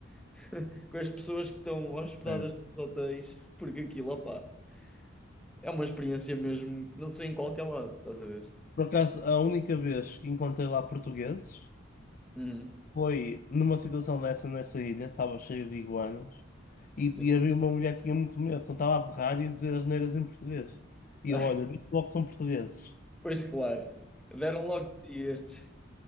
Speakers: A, in the centre; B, on the left.
A: <laughs> com as pessoas que estão hospedadas
B: É.
A: nos hotéis, porque aquilo, opá, é uma experiência mesmo que não se vê em qualquer lado, estás a ver?
B: Por acaso, a única vez que encontrei lá portugueses.
A: Uhum.
B: Foi numa situação dessa nessa ilha, estava cheia de iguanas, e,
A: Sim.
B: e havia uma mulher que tinha muito medo, então estava a berrar e a dizer asneiras em português. E
A: <laughs>
B: eu, olha, vi logo que são portugueses.
A: Pois claro, deram logo de si estes.